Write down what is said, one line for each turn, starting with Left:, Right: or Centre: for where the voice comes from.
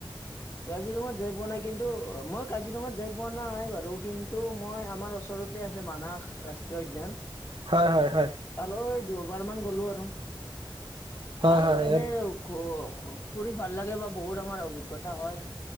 Left: কাজিৰঙাত যাই পোৱা নাই কিন্তু মই কাজিৰঙাত যাই পোৱা নাই বাৰু কিন্তু মই আমাৰ ওচৰত তে আছে মানাস ৰাষ্ট্ৰীয় উদ্যান
Right: হয় হয় হয়।
Left: তালৈ দুয়বাৰ মান গলো আৰু
Right: হয়
Left: ভাল
Right: হয়
Left: এনে <unintelligible> ফুৰি ভাল লাগে বা বহুত আমাৰ অভিজ্ঞতা হয়।